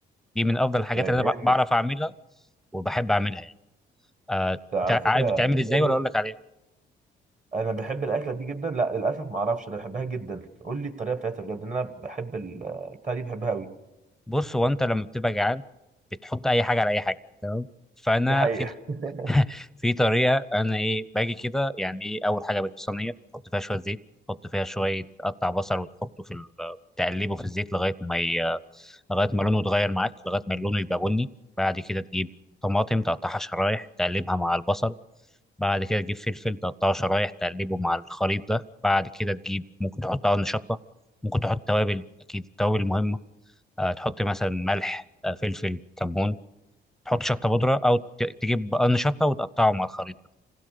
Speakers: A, in the centre; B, on the right (about 40°).
A: دي من افضل الحاجات
B: ده
A: اللي
B: جامد
A: انا بع- بعرف اعملها وبحب اعملها يعني آه،
B: ده على
A: تع-
B: فكره
A: عارف بتعمل ازاي
B: جامد
A: ولا اقول لك عليها
B: انا بحب الاكله دي جدا لا للاسف ما اعرفش انا بحبها جدا قول لي الطريقه بتاعتها بجد ان انا بحب ال- البتاعه دي بحبها قوي
A: بص هو انت لما بتبقى جعان بتحط اي حاجه على اي حاجه تمام فانا
B: دي حقيقه
A: في
B: <laughs>
A: <laughs> في طريقه انا ايه باجي كده يعني ايه اول حاجه بجيب صينيه احط فيها شويه زيت احط فيها شويه قطع بصل وتحطه في ال- تقلبه في الزيت لغايه ما ي... لغايه ما لونه يتغير معاك لغايه ما لونه يبقى بني بعد كده تجيب طماطم تقطعها شرايح تقلبها مع البصل بعد كده تجيب فلفل تقطعه شرايح تقلبه مع الخليط ده بعد كده تجيب ممكن تحط قرن شطة ممكن تحط توابل أكيد التوابل مهمة أه تحط مثلا ملح أه فلفل كمون تحط شطه بودره او ت- تجيب بقرن شطه وتقطعه مع الخليط ده